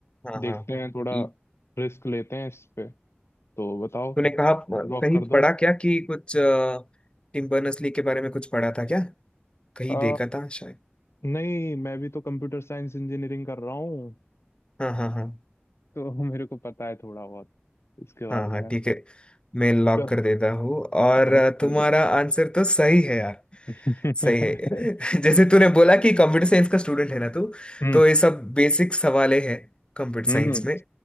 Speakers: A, on the left; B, on the left.
A: हाँ
B: देखते
A: हाँ
B: हैं थोड़ा
A: ये-
B: रिस्क लेते हैं इस पे तो बताओ
A: तूने कहा कहीं
B: लॉक कर दो
A: पढ़ा क्या कि कुछ अ, टिम बर्नर्स ली के बारे में कुछ पढ़ा था क्या कहीं
B: आ,
A: देखा था शायद
B: नहीं मैं भी तो कंप्यूटर साइंस इंजीनियरिंग कर रहा हूँ
A: हाँ हाँ हाँ
B: तो <laughs> मेरे को पता है थोड़ा बहुत इसके बारे
A: हाँ हाँ
B: में
A: ठीक है मैं लॉक
B: तो
A: कर देता हूँ और
B: लॉक
A: अ,
B: कर
A: तुम्हारा
B: दो
A: आंसर तो सही है यार
B: <laughs>
A: सही है <laughs> जैसे तूने बोला कि कंप्यूटर साइंस का स्टूडेंट है ना तू
B: हम्म
A: तो ये सब बेसिक सवाले हैं कंप्यूटर
B: हम्म
A: साइंस में